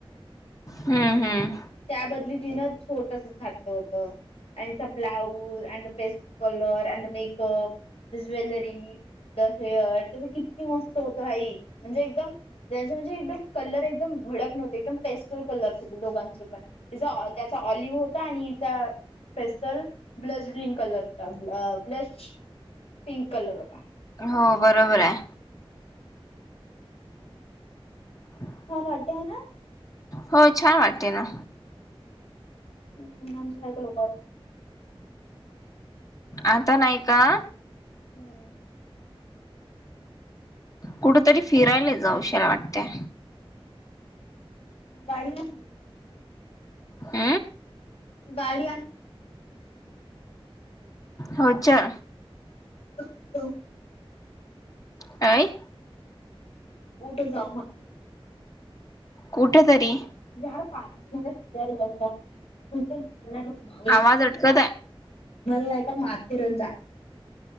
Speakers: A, on the left; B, on the left.
A: हम्म हम्म!
B: त्या बदली तिनं छोटच घातलं होत. आणि स ब्लाऊज <unintelligible> द हेअर त्याच किती मस्त होत भाई! म्हणजे एकदम त्यांचे म्हणजे एकदम कलर एकदम भडक नव्हते एकदम पेस्टल कलर्स होते दोघांचे त्याचा ऑलिव्ह आणिचा पेस्टल ब्लश ग्रीन कलर होता ब्लश पिंक कलर होता.
A: हो बरोबर आहे. <unintelligible>
B: छान वाटते हाय ना?
A: हो छान वाटते ना.
B: हम् आमच्या सारख्या लोकांना.
A: आता नाही का?
B: हम्म!
A: कुठेतरी फिरायला जाऊशाला वाटतय.
B: गाडी न याच तोपर्यंत
A: आ!
B: गाडी आणि
A: हो अच्छा!
B: हो!
A: काय?
B: कुठं जाऊ म्हटला?
A: कुठ तरी!
B: यार पाण्याचा फिरायला जाऊ पण ते म्हणव म्हण
A: आवाज अटकत आहे
B: नाहीय का माथेरन जायचं.